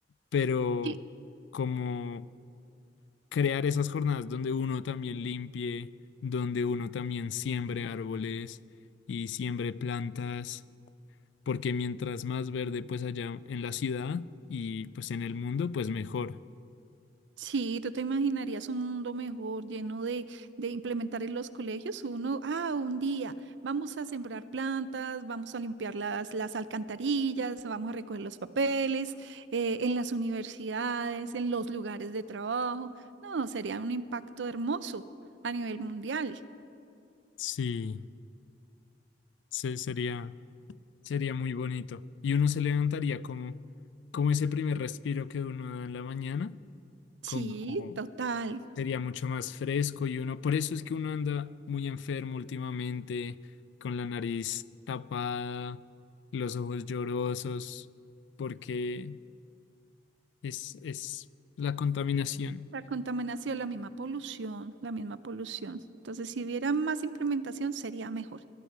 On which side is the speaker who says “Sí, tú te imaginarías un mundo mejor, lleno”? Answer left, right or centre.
Right